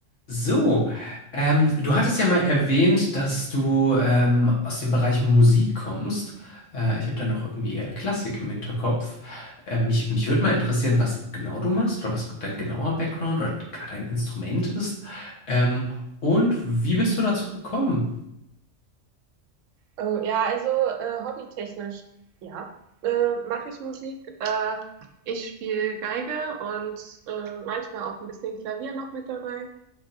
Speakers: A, on the left; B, on the right.
A: So, ähm, du hattest ja mal erwähnt, dass du ähm, aus dem Bereich Musik kommst. Äh, ich habe da noch irgendwie äh, Klassik im Hinterkopf. Ähm, mich mich würde mal interessieren, was genau du machst oder was dein genauer Background oder gar dein Instrument ist. Ähm, und wie bist du dazu gekommen?
B: Oh, ja, also äh, hobbytechnisch, ja, äh, mache ich Musik. Äh, ich spiele Geige und äh, manchmal auch ein bisschen Klavier noch mit dabei.